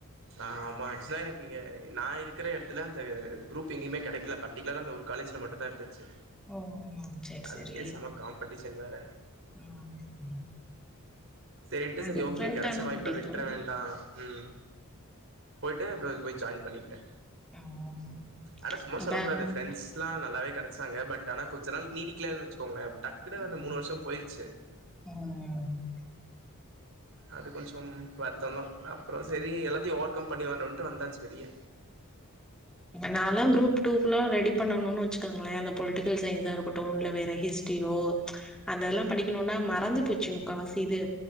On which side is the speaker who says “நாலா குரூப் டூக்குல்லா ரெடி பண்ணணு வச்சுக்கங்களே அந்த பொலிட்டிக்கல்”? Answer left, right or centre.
Centre